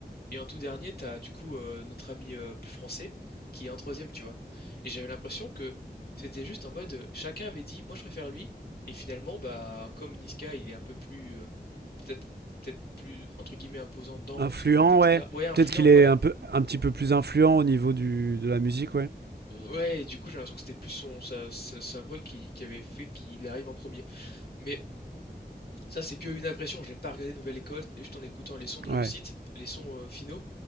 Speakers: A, on the left; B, on the right.
A: Et en tout dernier, t'as du coup euh, notre ami euh, plus français qui est en troisième, tu vois. Et j'avais l'impression que c'était juste en mode euh, chacun avait dit moi je préfère lui. Et finalement, bah comme Niska, il est un peu plus euh, peut-être peut-être plus entre guillemets imposant dans
B: Influent,
A: ce contexte-là.
B: ouais.
A: Ouais, influent,
B: Peut-être qu'il est
A: voilà.
B: un, peu, un petit peu plus influent au niveau du, de la musique, ouais.
A: Ouais, et du coup, j'ai l'impression que c'était plus son sa, sa- sa voix qui, qui avait fait qu'il arrive en premier. Mais Ça, c'est qu'une impression. J'ai pas regardé Nouvelle École. C'est juste en écoutant les sons de réussite,
B: Ouais.
A: les sons euh, finaux,